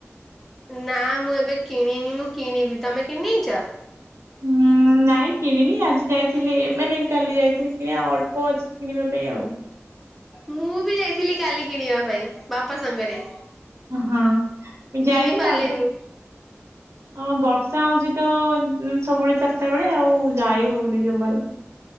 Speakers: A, in the centre; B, on the right.
A: ନା ମୁଁ ଏବେ କିଣିନି ମୁଁ କିଣିବି ତମେ କିଣିଦେଇଛ?
B: ହୁଁ ନାଇଁ କିଣିନି ଆଜି ଯାଇଥିଲି ଏ ମାନେ କାଲି ଯାଇଥିଲି କିଣି ଆ ଅଳ୍ପ ଅଛି। କିଣିବା ପାଇଁ ଆଉ।
A: ମୁଁ ବି ଯାଇଥିଲି କାଲି କିଣିବା ପାଇଁ ବାପା ସାଙ୍ଗରେ।
B: ହଁ ମୁ ଯାଇଥିଲି
A: କିଣି ପାରିଲିନି।
B: ଅଳ୍ପ କି ହଁ ବର୍ଷା ହଉଚି ତ ସବୁବେଳେ ଚାରିଟା ବେଳେ ଆଉ ଯାଇ ହଉନି ଜମାରୁ।